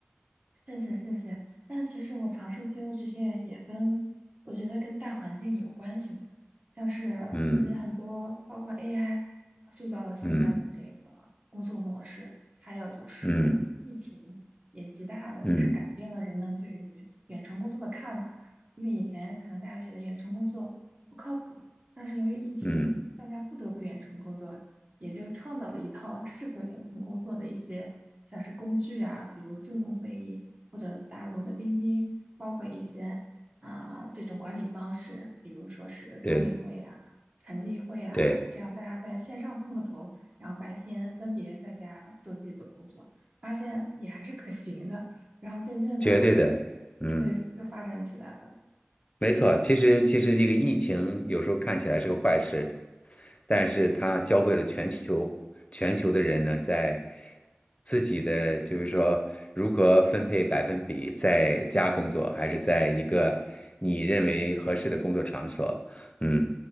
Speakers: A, on the right; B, on the left.
A: 谢谢谢谢，但其实我尝试自由职业也跟我觉得跟大环境有关系嘛像是我觉得很多包括
B: 嗯
A: AI 塑造了现在的这个工作模式，
B: 嗯
A: 还有就是疫情也极大的就是改变了人们对于远程工作的看法，
B: 嗯嗯嗯
A: 因为以前可能大家觉得远程工作不靠谱，但是由于疫情，
B: 嗯
A: 大家不得不远程工作，也就创造了一套适合远程工作的一些像是工具啊，比如 Zoom 会议或者大陆的钉钉，包括一些啊、这种管理方式，比如说是周例会呀、
B: 对
A: 晨例会啊，
B: 对，
A: 这样大家在线上碰个头，然后白天分别在家做自己的工作，发现也还是可行的，然后渐渐的，
B: 绝对的，嗯。
A: 对，就发展起来了。
B: 没错，其实其实这个疫情有时候看起来是个坏事，但是它教会了全球全球的人呢，在自己的就是说如何分配百分比，在家工作还是在一个你认为合适的工作场所，嗯，